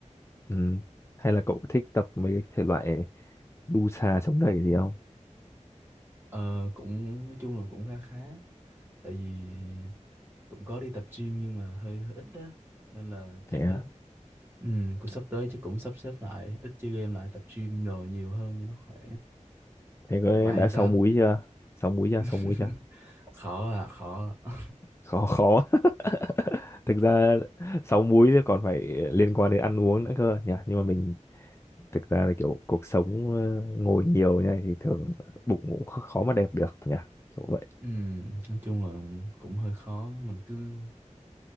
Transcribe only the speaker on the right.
ờ, cũng nói chung là cũng khá khá tại vì cũng có đi tập gym nhưng mà hơi hơi ít á nên là
chắc
là ừ, cũng sắp tới chắc cũng sắp xếp lại ít chơi game lại tập gym đồ nhiều hơn cho nó khỏe
còn bạn
sao
<laughs>
khó à khó à.
Ừ, nói chung là cũng hơi khó mình cứ